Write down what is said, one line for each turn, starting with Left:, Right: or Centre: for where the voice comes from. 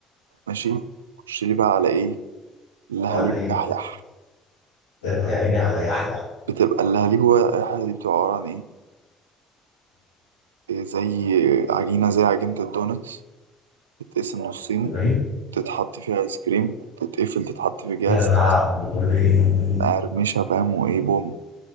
Right: ماشي خش لي بقى على ايه اللهاليب
Left: على ايه؟
Right: يحيح
Left: يا عيني على يحيى
Right: بتبقى اللهاليب هو يحيح دي بتبقى عبارة عن ايه إيه زي عجينة زي عجينة الدونتس تتقسم نصين
Left: طيب
Right: تتحط فيها ايس كريم تتقفل تتحط في جهاز
Left: يا لهوي
Right: مقرمشة فاهم وايه بوم